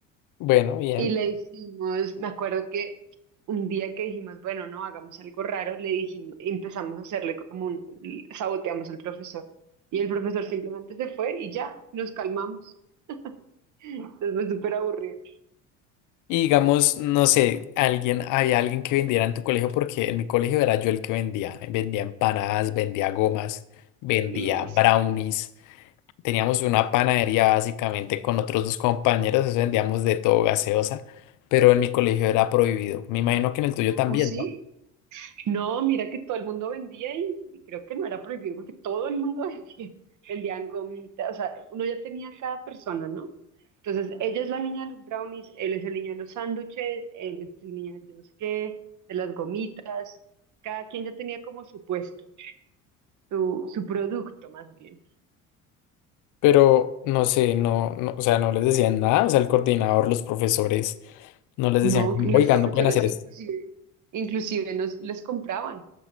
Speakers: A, on the left; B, on the right.
A: bueno, bien.
B: Y le hicimos, me acuerdo que un día que dijimos, bueno, no, hagamos algo raro, le dijimos, empezamos a hacerle como un, saboteamos al profesor. Y el profesor simplemente se fue y ya, nos calmamos. Entonces fue súper aburrido.
A: Y digamos, no sé, alguien, había alguien que vendiera en tu colegio, porque en mi colegio era yo el que vendía. Vendía empanadas, vendía gomas, vendía
B: Y
A: brownies.
B: sí.
A: Teníamos una panadería básicamente con otros dos compañeros, eso vendíamos de todo gaseosa, pero en mi colegio era prohibido. Me imagino que en el tuyo
B: Ah,
A: también,
B: sí.
A: ¿no?
B: No, mira que todo el mundo vendía y, y creo que no era prohibido porque todo el mundo <laughs> vendía, vendían gomitas, o sea, uno ya tenía cada persona, ¿no? Entonces, ella es la niña de los brownies, él es el niño de los sándwiches, él es el niño de yo no sé qué, de las gomitas, cada quien ya tenía como su puesto, su, su producto más bien.
A: Pero no sé, no, no, o sea, no les decían nada, o sea, el coordinador, los profesores, no les
B: No,
A: decían como,
B: Y los
A: oigan,
B: que profesores
A: no pueden hacer
B: inclusive.
A: esto.
B: inclusive nos, les compraban